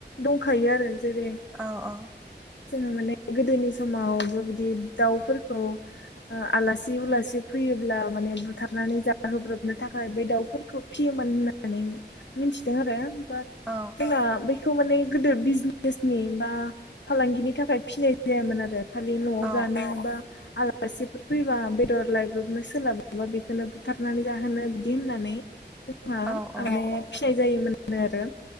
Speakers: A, on the left; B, in the centre.
A: दंखायो आरो जेरै
B: औ औ
A: जोङो माने गोदोनि समावबो बिदि दाउफोरखौ आलासि फैयोब्ला माने बुथारनानै जाहोब्रबनो थाखाय बे दाउफोरखौ फियोमोन होननानै मिथिदों आरो बाट
B: औ
A: जोंना बेखौ माने गोदो बिजनेसनि बा फालांगिनि थाखाय फिनाय जायामोन आरो खालि न'आव
B: औ
A: जानो बा आलासिफोर फैबा बेदर लाइब्रबनो सोलाबाबा बेखौनो बुथारनानै जाहोनो बिदि होननानै हा
B: औ औ
A: माने फिनाय जायोमोन आरो